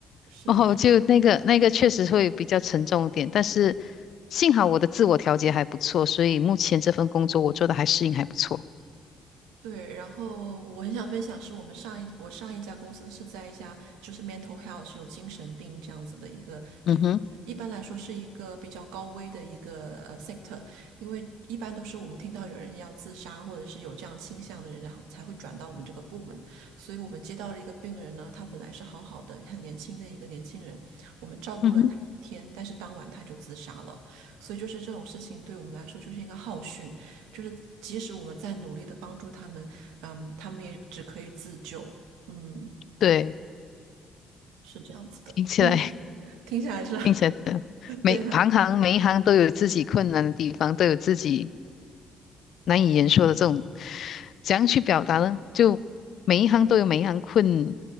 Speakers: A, on the right; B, on the left.
A: 是的，
B: 哦，
A: 是的。
B: 就那个那个确实会比较沉重一点。但是幸好我的自我调节还不错，所以目前这份工作我做的还适应还不错。
A: 对，然后我很想分享是我们上一我上一家公司是在一家就是 mental health 有精神病这样子的一个地方，
B: 嗯哼，
A: 一般来说是一个比较高危的一个呃 sector，因为一般都是我们听到有人要自杀或者是有这样倾向的人，然后才会转到我们这个部门，所以我们接到了一个病人呢，他本来是好好的，很年轻的一个年轻人，我们照顾了他一天，
B: 嗯哼，
A: 但是当晚他就自杀了。所以就是这种事情对我们来说就是一个浩训，就是即使我们在努力的帮助他们，嗯，他们也只可以自救，嗯，
B: 对，
A: 是这样子的，
B: 听起来
A: 嗯，
B: <laughs>
A: 听起来是
B: 听起来真的每行行每一行都有自己困难的地方，
A: <laughs>，对，很
B: 都有自己难以言说的这种，怎样去表达呢？就每一行都有每一行困